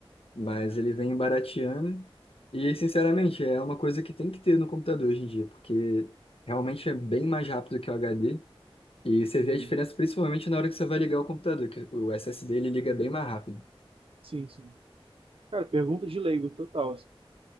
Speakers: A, on the left (about 75°); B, on the right (about 70°).
A: mas ele vem barateando. E, sinceramente, é uma coisa que tem que ter no computador hoje em dia, porque realmente é bem mais rápido que o HD. E você
B: Uhum.
A: vê a diferença principalmente na hora que você vai ligar o computador, que o SSD ele liga bem mais rápido.
B: Sim, sim. Cara, pergunta de leigo total. assim.